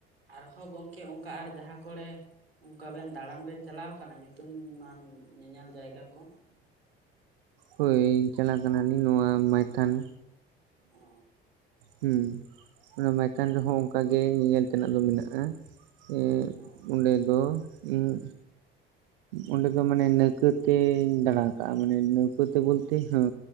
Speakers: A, on the right; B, on the right.
A: ᱟᱨᱦᱚᱸ ᱜᱚᱝᱠᱮ ᱚᱱᱠᱟ ᱟᱨ ᱡᱟᱦᱟᱸ ᱠᱚᱨᱮ ᱚᱱᱠᱟ ᱵᱮᱱ ᱫᱟᱬᱟᱱ ᱵᱮᱱ ᱪᱟᱞᱟᱣ ᱟᱠᱟᱱᱟ᱾ ᱧᱩᱛᱩᱢᱟᱱ ᱧᱮᱧᱮᱞ ᱡᱟᱭᱜᱟ ᱠᱚ?
B: ᱦᱳᱭ ᱪᱟᱞᱟᱜ ᱠᱟᱱᱟᱞᱤᱧ᱾ ᱱᱚᱣᱟ ᱢᱚᱭᱛᱷᱟᱱ,
A: ᱚ
B: ᱦᱮᱸ ᱚᱱᱟ ᱢᱟᱭᱛᱷᱚᱱ ᱨᱮᱦᱚᱸ ᱚᱱᱠᱟ ᱜᱮ ᱧᱮᱧᱮᱞ ᱛᱮᱱᱟᱜ ᱫᱚ ᱢᱮᱱᱟᱜᱼᱟ᱾ ᱦᱮᱸ
A: ᱚ
B: ᱚᱸᱰᱮ ᱫᱚ ᱤᱧ ᱚᱸᱰᱮ ᱫᱚ ᱢᱟᱱᱮ ᱱᱟᱹᱣᱠᱟᱹ ᱛᱤᱧ ᱫᱟᱬᱟᱣ ᱠᱟᱜᱼᱟ ᱢᱟᱱᱮ ᱱᱟᱹᱣᱠᱟᱹᱛᱮ ᱵᱚᱞᱛᱮ ᱦᱮᱸ